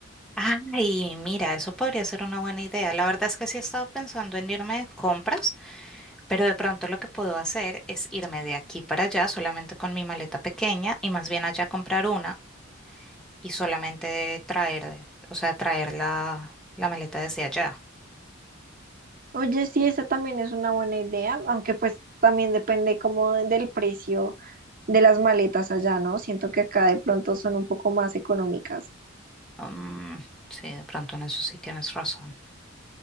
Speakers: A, in the centre; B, on the right.
A: Ay, mira, eso podría ser una buena idea. La verdad es que sí he estado pensando en irme de compras, pero de pronto lo que puedo hacer es irme de aquí para allá solamente con mi maleta pequeña y más bien allá comprar una y solamente traer, o sea, traer la, la maleta desde allá.
B: Oye, sí, esa también es una buena idea, aunque pues también depende como de- del precio de las maletas allá, ¿no? Siento que acá de pronto son un poco más económicas.
A: Mm, sí, de pronto en eso sí tienes razón.